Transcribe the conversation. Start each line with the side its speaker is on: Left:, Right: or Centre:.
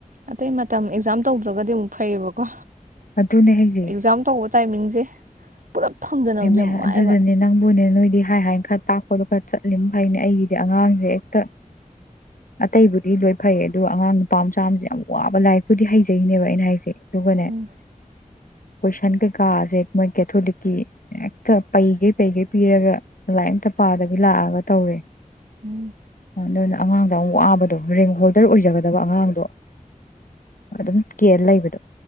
Right: ꯑꯇꯩ ꯃꯇꯝ ꯑꯦꯛꯖꯥꯝ ꯇꯧꯗ꯭ꯔꯒꯗꯤ ꯑꯃꯨꯛ ꯐꯩꯌꯦꯕꯀꯣ
Left: ꯑꯗꯨꯅꯦ ꯍꯥꯏꯖꯦ
Right: ꯑꯦꯛꯖꯥꯝ ꯇꯧꯕ ꯇꯥꯏꯃꯤꯡꯁꯦ ꯄꯨꯂꯞ ꯐꯪꯗꯅꯕꯗꯤ
Left: ꯕꯦꯃꯦ
Right: ꯌꯥꯝ ꯋꯥꯏꯑꯦꯕ
Left: ꯑꯗꯨꯗꯅꯦ ꯅꯪꯕꯨꯅꯦ ꯅꯣꯏꯗꯤ ꯍꯥꯏ ꯍꯥꯏ ꯈ ꯇꯥꯛꯄꯗꯣ ꯈꯔ ꯆꯠꯂꯤꯝ ꯐꯩꯅꯦ ꯑꯩꯒꯤꯗꯤ ꯑꯉꯥꯡꯁꯦ ꯍꯦꯛꯇ ꯑꯇꯩꯕꯨꯗꯤ ꯂꯣꯏ ꯐꯩ ꯑꯗꯨꯒ ꯑꯉꯥꯡ ꯅꯨꯄꯥ ꯃꯆꯥ ꯑꯃꯁꯦ ꯌꯥꯝ ꯋꯥꯕ ꯂꯥꯏꯔꯤꯛꯄꯨꯗꯤ ꯍꯩꯖꯩꯅꯦꯕ ꯑꯩꯅ ꯍꯥꯏꯁꯦ ꯑꯗꯨꯒꯅꯦ
Right: ꯎꯝ
Left: ꯀꯣꯏꯁꯟ ꯀꯩꯀꯥꯥꯁꯦ ꯃꯣꯏ ꯀꯦꯊꯣꯂꯤꯛꯀꯤ ꯍꯦꯛꯇ ꯄꯩꯒꯩ ꯄꯩꯒꯩ ꯄꯤꯔꯒ ꯂꯥꯏ ꯑꯝꯇ ꯄꯥꯗꯕꯤ ꯂꯥꯛꯑꯒ ꯇꯧꯔꯦ
Right: ꯎꯝ
Left: ꯑꯗꯨꯅ ꯑꯉꯥꯡ ꯌꯥꯝ ꯋꯥꯕꯗꯣ ꯔꯤꯡ ꯍꯣꯜꯗꯔ ꯑꯣꯏꯖꯒꯗꯕ ꯑꯉꯥꯡꯗꯣ ꯑꯗꯨꯝ ꯀꯦꯜ ꯂꯩꯕꯗꯣ